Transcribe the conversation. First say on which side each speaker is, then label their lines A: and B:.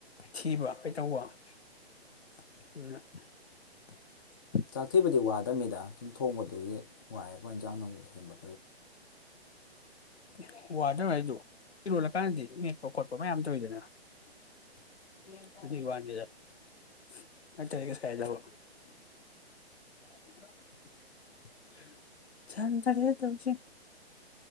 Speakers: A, on the left (about 75°); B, on the left (about 20°).
A: ꯊꯤꯕ ꯀꯩꯇꯧꯕ ꯑꯗꯨ <unintelligible>
B: ꯆꯥꯛ ꯊꯤꯕꯗꯤ ꯋꯥꯗꯝꯅꯤꯗ ꯁꯨꯝ ꯊꯣꯡꯕꯗꯨꯒꯤ꯫ ꯋꯥꯏꯑꯕ ꯏꯟꯖꯥꯡ <unintelligible> ꯁꯦꯝꯕꯥ
A: <unintelligible> <inaudible> <inaudible>